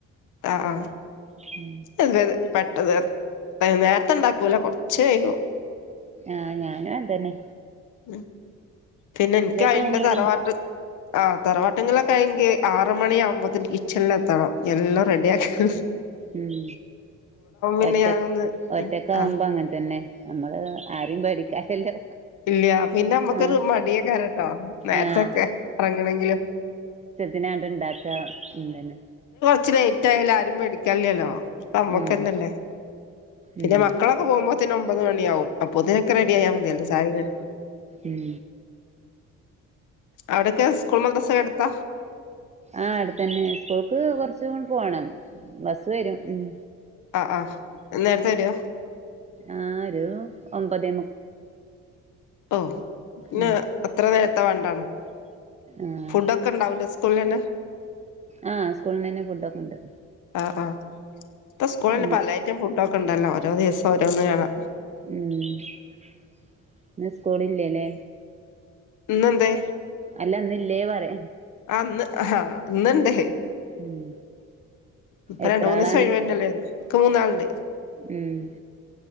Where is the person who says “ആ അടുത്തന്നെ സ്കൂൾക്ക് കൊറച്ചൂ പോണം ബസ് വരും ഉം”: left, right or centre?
Right